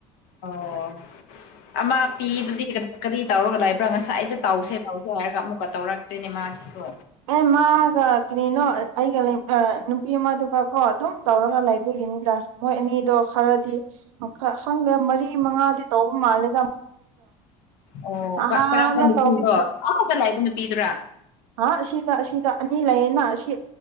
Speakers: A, on the left; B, on the right.
A: ꯑꯣ ꯑꯥ ꯄꯤꯗꯨꯗꯤ ꯀꯔꯤ ꯇꯧꯔꯒ ꯂꯩꯕ꯭ꯔꯥ ꯉꯁꯥꯏ ꯑꯩꯗ ꯇꯧꯁꯦ ꯇꯧꯁꯦ ꯍꯥꯏꯔꯒ ꯑꯃꯨꯛꯀ ꯇꯧꯔꯛꯇꯣꯏꯅꯦ ꯃꯥ ꯄꯥꯁꯁꯣ
B: ꯑꯦ ꯃꯥꯒ ꯀꯔꯤꯅꯣ ꯑꯩꯒ ꯅꯨꯄꯤ ꯑꯃꯗꯨꯒ ꯀꯣ ꯑꯗꯨꯝ ꯇꯧꯔꯒ ꯂꯩꯕꯤꯒ ꯅꯤꯗ ꯍꯣꯏ ꯑꯅꯤꯗꯣ ꯈꯔꯗꯤ ꯈꯪꯗꯦ ꯃꯔꯤ ꯃꯉꯥꯗꯤ ꯇꯧꯕ ꯃꯥꯜꯂꯦ
A: ꯑꯣ
B: ꯅꯍꯥꯟꯅ
A: ꯀꯔꯝꯕ ꯅꯨꯄꯤꯗꯣ
B: ꯇꯧꯕꯤ
A: ꯑꯍꯥꯕ ꯂꯥꯛꯏꯕ ꯅꯨꯄꯤꯗꯨꯔ
B: ꯍꯥ ꯁꯤꯗ ꯁꯤꯗ ꯑꯅꯤ ꯂꯩꯌꯦꯦꯅ ꯁꯤ